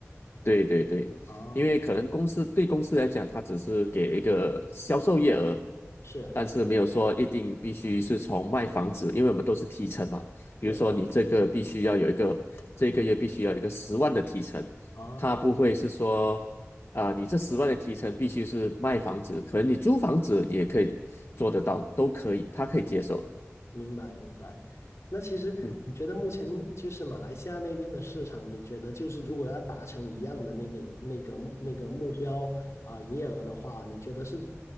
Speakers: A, on the left (about 55°); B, on the left (about 75°).
A: 对对对，
B: 哦，
A: 因为可能公司对公司来讲，它只是给一个销售业额，
B: 是
A: 但是没有说一定必须是从卖房子，因为我们都是提成嘛。比如说你这个必须要有一个，
B: 是，
A: 这个月必须要有一个十万的提成，
B: 哦。
A: 他不会是说，啊、你这十万的提成必须是卖房子，可能你租房子也可以做得到，都可以，他可以接受。
B: 明白明白。那其实你觉得目前就是马来西亚那边的市场，
A: 嗯。
B: 你觉得就是如果要达成一样的那个那个目那个目标啊，营业额的话，你觉得是